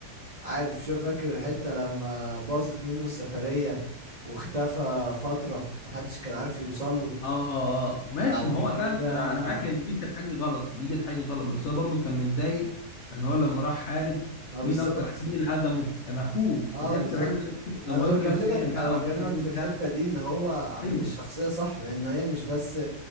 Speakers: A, on the right; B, on the left.
A: عارف شو فاكر الحتة لما باظت منه السفرية واختفى فترة محدش كان عارف يوصله
B: اه اه آه. ماشي
A: بعد
B: ما هو
A: كده
B: وقتها انا انا معاك ان دي كانت حاجه غلط دي كانت حاجه غلط بس هو برضه كان متضايق ان هو لما راح حارب
A: ما بالظبط
B: مين اكتر مين اللي هزمه كان اخوه
A: اه
B: فدي
A: بالظبط
B: اكتر حاجه زي ما قلت، لك
A: انا
B: دمرته
A: بكلمك
B: نفسيا بقى
A: انا بكلمك
B: ومش عارف ايه
A: في
B: وبتاع
A: الحتة دي ان هو عاملين
B: ايوه
A: الشخصية صح وان هي مش بس